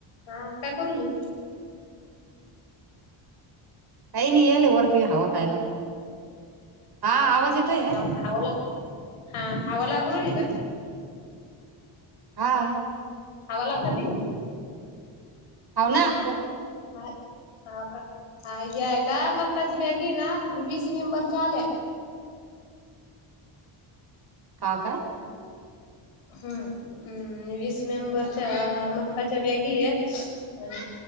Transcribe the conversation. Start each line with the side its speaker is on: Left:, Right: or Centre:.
Left: हा काय करूली
Right: कायनी येले ओरती हवा खायला हा आवाज येतय या
Left: हाव का हवाला हा हवा लागू राहिली का
Right: हा
Left: हवा लाक ते
Right: होवना
Left: हाय हा काय हाय घे काय मग त्याची बॅगी आहे ना वीस मेंबरच्या आल्या
Right: हा का
Left: हम्मम् वीस मेंबरच्या मकाच्या बॅगी आहे